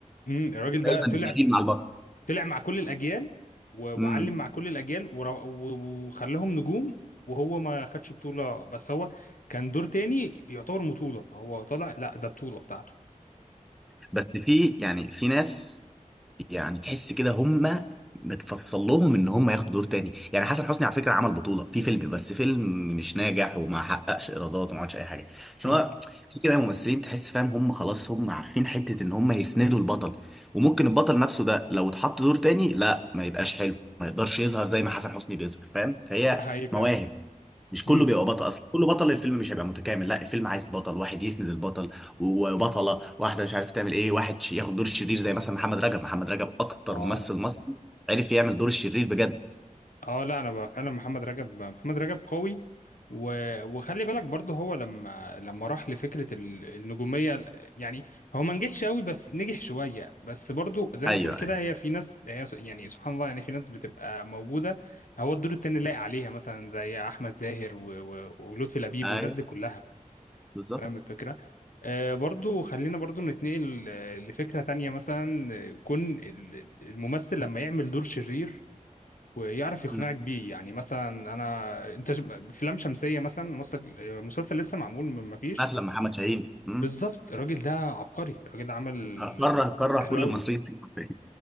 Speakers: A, on the left; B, in the centre.
A: مم، الراجل ده
B: دايما
A: طلع
B: بيشيل
A: في-
B: مع البطل
A: طلع مع كل الاجيال و- وعلم
B: امم
A: مع كل الاجيال ورا- و- وخلاهم نجوم وهو ما خدش بطولة بس هو كان دور تاني يعتبر بطولة هو طلع لا ده بطولة بتاعته
B: بس في يعني في ناس يعني تحس كده هم متفصل لهم ان هم ياخدوا دور تاني يعني حسن حسني على فكره عمل بطوله في فيلم بس فيلم مش ناجح وما حققش ايرادات وما عملش اي حاجه عشان
A: ف...
B: هو في كده ممثلين تحس فاهم هم خلاص هم عارفين حته ان هم يسندوا البطل وممكن البطل نفسه ده لو اتحط دور تاني لا ما يبقاش حلو ما يقدرش يظهر زي ما حسن حسني بيظهر فاهم فهي
A: ده حقيقي فعلا
B: مواهب مش كله
A: امم
B: بيبقى بطل اصلا كله بطل الفيلم مش هيبقى متكامل لا الفيلم عايز بطل واحد يسند البطل وبطله واحده مش عارف تعمل ايه واحد ش- ياخد دور الشرير زي مثلا محمد رجب محمد رجب اكتر
A: اه
B: ممثل مصري عرف يعمل دور الشرير بجد
A: اه لا انا بقى فعلا محمد رجب محمد رجب قوي و... وخلي بالك برضه هو لما لما راح لفكره ال- النجوميه يعني هو ما نجحش قوي بس نجح شويه بس برضه زي
B: ايوه
A: ما تقول كده
B: ايوه
A: هي في ناس هي س- يعني سبحان الله يعني في ناس بتبقى موجوده هو الدور التاني لايق عليها مثلا زي احمد زاهر و... و... ولطفي لبيب
B: ايوه
A: والناس دي كلها
B: بالظبط
A: فاهم الفكرة آه برضو خلينا برضو نتنقل آه، لفكرة تانية مثلا آه، كون ال- الممثل لما يعمل دور شرير ويعرف يقنعك
B: مم.
A: بيه يعني مثلا انا انت ش- افلام شمسية مثلا مسل- آه، مسلسل لسه معمول من ما فيش
B: مثلا محمد شاهين مم.
A: بالظبط الراجل ده عبقري الراجل ده عمل
B: كره
A: ال-
B: كره
A: حلو
B: كل
A: قوي
B: المصريين فيه حرفياً.